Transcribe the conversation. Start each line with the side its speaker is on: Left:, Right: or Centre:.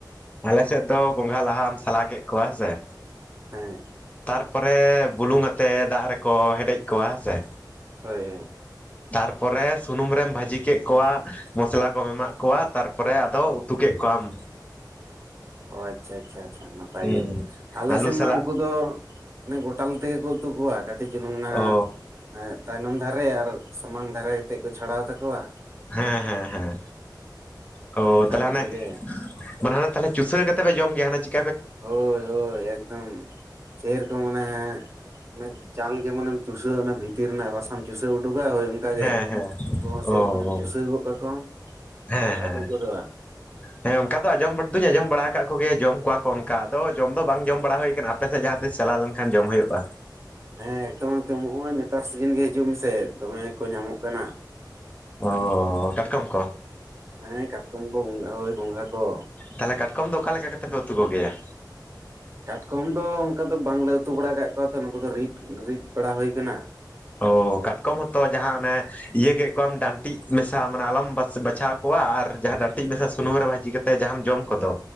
Left: ᱟᱞᱮ ᱥᱮᱫ ᱫᱚ ᱜᱚᱝᱜᱷᱟ ᱞᱟᱦᱟᱢ ᱥᱟᱞᱟ ᱠᱮᱫ ᱠᱚᱣᱟ ᱦᱮᱸ ᱥᱮ।
Right: ᱦᱮᱸ।
Left: ᱛᱟᱨᱯᱚᱨᱮ ᱵᱩᱞᱩᱝ ᱟᱛᱮᱜ ᱫᱟᱜ ᱨᱮᱠᱚ ᱦᱮᱰᱮᱡ ᱠᱚᱣᱟ ᱦᱮᱸ ᱥᱮ।
Right: ᱦᱳᱭ ᱦᱳᱭ।
Left: ᱛᱟᱨ ᱯᱚᱨᱮ ᱥᱩᱱᱩᱢ ᱨᱮᱢ ᱵᱷᱟᱹᱡᱤ ᱠᱮᱫ ᱠᱚᱣᱟ ᱢᱚᱥᱞᱟ ᱠᱚᱢ ᱮᱢᱟᱜ ᱠᱚᱣᱟ ᱛᱟᱨᱯᱚᱨᱮ ᱟᱫᱚ ᱩᱛᱩ ᱠᱮᱫ ᱠᱚᱣᱟᱢ।
Right: ᱚ ᱟᱪᱪᱷᱟ ᱟᱪᱪᱷᱟ ᱟᱪᱪᱷᱟ ᱱᱟᱯᱟᱭ
Left: ᱦᱩᱸ
Right: ᱜᱮ ᱟᱞᱮ
Left: ᱟᱹᱞᱩ
Right: ᱥᱮᱫ
Left: ᱥᱟᱞᱟᱜ
Right: ᱢᱟ ᱩᱱᱠᱩ ᱫᱚ ᱢᱟᱱᱮ ᱜᱚᱴᱟᱞ ᱛᱮᱜᱮ ᱠᱚ ᱩᱛᱩ ᱠᱚᱣᱟ ᱠᱟᱹᱴᱤᱡ ᱪᱩᱞᱩᱝ ᱚᱱᱟ
Left: ᱚ
Right: ᱮᱼᱼ ᱛᱟᱭᱱᱚᱢ ᱫᱷᱟᱨᱮ ᱟᱨ ᱥᱟᱢᱟᱝ ᱫᱷᱟᱨᱮ ᱛᱮᱫ ᱠᱚ ᱪᱷᱟᱲᱟᱣ ᱛᱟᱠᱚᱣᱟ।
Left: ᱦᱮᱸ ᱦᱮᱸ ᱦᱮᱸ ᱚ
Right: ᱚᱱᱠᱟ
Left: ᱛᱟᱦᱚᱞᱮ
Right: ᱠᱟᱛᱮᱜ
Left: ᱚᱱᱮ
Right: ᱜᱮ
Left: ᱢᱟᱱᱮ ᱦᱱᱮ ᱛᱟᱦᱞᱮ ᱪᱩᱥᱟᱹᱣ ᱠᱟᱛᱮ ᱯᱮ ᱡᱚᱢ ᱜᱮᱭᱟ ᱦᱟᱱᱮ ᱪᱩ
Right: ᱦᱳᱭ ᱦᱳᱭ ᱮᱠᱫᱚᱢ ᱥᱮᱨᱚᱠᱚᱢ ᱚᱱᱮ ᱟᱱᱮ ᱡᱟᱝ ᱡᱮᱢᱚᱱ ᱮᱢ ᱪᱩᱥᱟ ᱮ ᱵᱷᱤᱛᱤᱨ ᱨᱮᱱᱟᱜ ᱨᱟᱥᱟᱢ ᱪᱩᱥᱟ ᱩᱰᱩᱜᱟ ᱦᱳᱭ ᱚᱝ ᱚᱱᱠᱟ ᱜᱮ
Left: ᱦᱮᱸ ᱦᱮᱸ
Right: ᱱᱩᱠᱩ ᱦᱚᱸ
Left: ᱚ
Right: ᱥᱮᱨᱚᱠᱚᱢ
Left: ᱚ
Right: ᱪᱩᱥᱟᱹᱣ ᱜᱚᱫ ᱠᱟᱠᱚ
Left: ᱦᱮᱸ
Right: ᱟᱢ
Left: ᱦᱮᱸ
Right: ᱩᱰᱩᱠ ᱜᱚᱫᱚᱜᱼᱟ।
Left: ᱦᱮᱸ ᱚᱱᱠᱟ ᱫᱚ ᱟᱸᱚᱢ ᱫᱚᱩᱧ ᱟᱸᱡᱚᱢ ᱵᱟᱲᱟ ᱟᱠᱟᱫ ᱠᱚᱜᱮᱭᱟ ᱡᱚᱢ ᱠᱚᱣᱟ ᱠᱚ ᱚᱱᱠᱟ ᱟᱫᱚ ᱡᱚᱢ ᱫᱚ ᱵᱟᱝ ᱡᱚᱢ ᱵᱟᱲᱟ ᱦᱩᱭ ᱠᱟᱱᱟ। ᱟᱯᱮ ᱥᱮᱫ ᱡᱟᱦᱟᱸ ᱛᱤᱥ ᱪᱟᱞᱟᱣ ᱞᱮᱱᱠᱷᱟᱱ ᱡᱚᱢ ᱦᱩᱭᱩᱜᱼᱟ।
Right: ᱦᱮᱸ ᱮᱠᱫᱚᱢ ᱮᱠᱫᱚᱢ ᱱᱚᱜᱼᱚᱭ ᱱᱮᱛᱟᱨ ᱥᱤᱡᱤᱱ ᱜᱮ ᱦᱤᱡᱩᱜ ᱢᱮᱥᱮ ᱫᱚᱢᱮ ᱠᱚ ᱧᱟᱢᱚᱜ ᱠᱟᱱᱟ।
Left: ᱚ ᱠᱟᱴᱠᱚᱢ ᱠᱚ?
Right: ᱦᱮᱸ ᱠᱟᱴᱠᱚᱢ ᱠᱚ ᱜᱚᱝᱜᱟ ᱦᱳᱭ ᱜᱚᱝᱜᱷᱟ ᱠᱚ।
Left: ᱛᱟᱦᱚᱞᱮ ᱠᱟᱴᱠᱚᱢ ᱫᱚ ᱚᱠᱟ ᱞᱮᱠᱟ ᱠᱟᱛᱮ ᱯᱮ ᱩᱛᱩ ᱠᱚᱜᱮᱭᱟ।
Right: ᱠᱟᱴᱠᱚᱢ ᱫᱚ ᱚᱱᱠᱟ ᱫᱚ ᱵᱟᱝᱞᱮ ᱩᱛᱩ ᱵᱟᱲᱟ ᱟᱠᱟᱫ ᱠᱚᱣᱟ ᱛᱚ ᱱᱩᱠᱩ ᱫᱚ ᱨᱤᱫ ᱨᱤᱫ ᱵᱟᱲᱟ ᱦᱩᱭ ᱠᱟᱱᱟ।
Left: ᱚ ᱠᱟᱴᱠᱚᱢ ᱦᱚᱛᱚ ᱡᱟᱦᱟᱸ ᱚᱱᱮ ᱤᱭᱟᱹ ᱠᱮᱫ ᱠᱚᱣᱟᱢ ᱰᱟᱱᱴᱤᱜ ᱢᱮᱥᱟ ᱢᱟᱱᱮ ᱟᱞᱚᱢ ᱵᱟᱪᱷᱟᱣ ᱠᱚᱣᱟ ᱟᱨ ᱡᱟᱦᱟᱸ ᱰᱟᱱᱴᱤᱜ ᱢᱮᱥᱟ ᱥᱩᱱᱩᱢ ᱨᱮ ᱵᱷᱟᱹᱡᱤ ᱠᱟᱛᱮᱜ ᱛᱮ ᱡᱟᱦᱟᱢ ᱡᱚᱢ ᱠᱚᱫᱚ